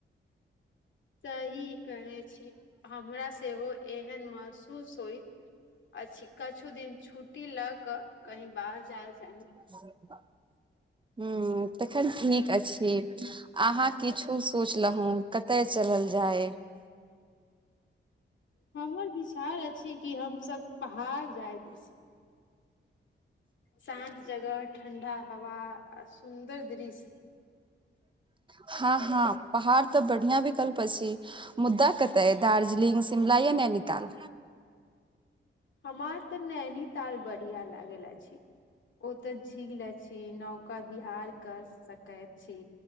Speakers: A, on the left; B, on the right.
A: सही कहै छी हमरा सेहो एहन महसूस होइत अछि कछु दिन छुट्टी लऽ कऽ कहीं बाहर जाय चाही
B: <inaudible> हुँ तखन ठीक अछि अहाँ किछु सोचलहुँ कतए चलल जाय
A: हमर विचार अछि कि हमसब पहाड़ जाय दिस शान्त जगह ठण्डा हवा आ सुन्दर दृश्य
B: हँ हँ पहाड़ तऽ बढ़ियाँ विकल्प अछि- मुद्दा कतय दार्जलिंग शिमला या नैनीताल
A: हमार तऽ नैनीताल बढ़िया लागल अछि ओतऽ झील अछि नौका बिहार कर सकैत छी